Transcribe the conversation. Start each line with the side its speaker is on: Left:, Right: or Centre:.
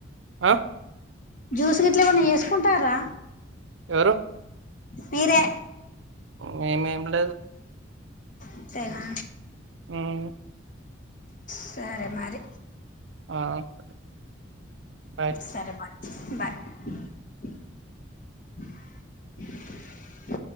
Right: ఆ
Left: జూస్ గిట్ల ఏమన్నా జేసుకుంటారా
Right: ఎవరు
Left: మీరే
Right: మేమేం లేదు
Left: అంతేనా
Right: ఉమ్
Left: సరే మరి
Right: ఆ సరే బాయ్
Left: సరే బాయ్ బాయ్